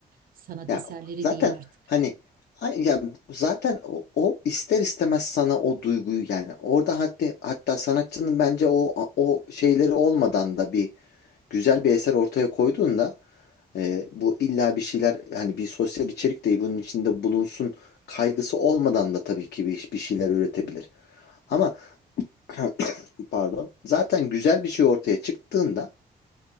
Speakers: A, on the right; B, on the left.
A: Sanat
B: Ya
A: eserleri
B: zaten
A: diyeyim artık.
B: hani ay- ya zaten o, o ister istemez sana o duyguyu yani orada hatta hatta sanatçının bence o o şeyleri olmadan da bir güzel bir eser ortaya koyduğunda Ee, bu illa bir şeyler hani bir sosyal içerik de bunun içinde bulunsun kaygısı olmadan da tabii ki bir, bir şeyler üretebilir. Ama <clears throat> pardon zaten güzel bir şey ortaya çıktığında